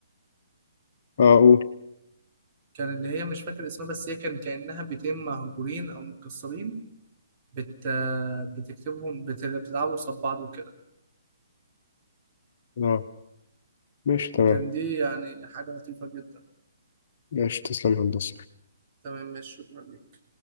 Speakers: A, on the left (about 45°); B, on the right (about 35°).
A: اه قول
B: كان اللي هي مش فاكر اسمها بس هي كان كأنها بيتين مهجورين او متكسرين بت... بتكتبهم بت... بتلعبوا قصاد بعض وكده
A: اه ماشي تمام
B: كان دي يعني حاجة لطيفة جدا
A: ماشي تسلم يا هندسه
B: تمام ماشي شكرا ليك